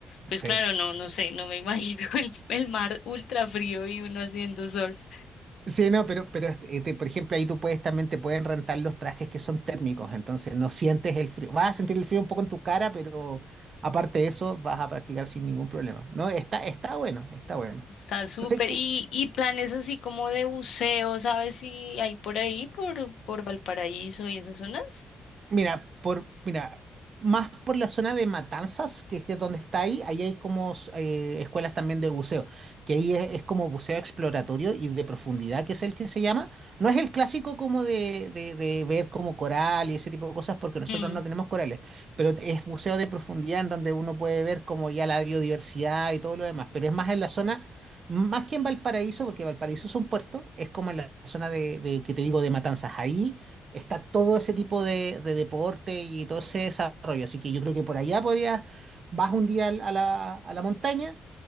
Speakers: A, on the left (about 80°); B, on the right (about 45°).
A: pues
B: Sí.
A: claro, no, no sé, no me imagino <laughs> el, el mar ultra frío y uno haciendo surf.
B: Sí, no, pero, pero este, este, por ejemplo, ahí tú puedes también te pueden rentar los trajes que son térmicos, entonces no sientes el frío. Vas a sentir el frío un poco en tu cara, pero aparte de eso, vas a practicar sin ningún problema. No, está, está bueno, está bueno.
A: Está súper.
B: Entonces,
A: Y, y planes así como de buceo, ¿sabes si hay por ahí, por, por Valparaíso y esas zonas?
B: Mira, por, mira, más por la zona de Matanzas, que es de donde está ahí, ahí hay como eh, escuelas también de buceo, que ahí es, es como buceo exploratorio y de profundidad, que es el que se llama. No es el clásico como de, de- de ver como coral y ese tipo de cosas, porque nosotros
A: Mm,
B: no tenemos corales, pero es buceo de profundidad en donde uno puede ver como ya la biodiversidad y todo lo demás, pero es más en la zona, más que en Valparaíso, porque Valparaíso es un puerto, es como en la zona de, de que te digo, de Matanzas, ahí está todo ese tipo de, de deporte y todo ese desarrollo. Así que yo creo que por allá podrías, vas un día al- a la, a la montaña,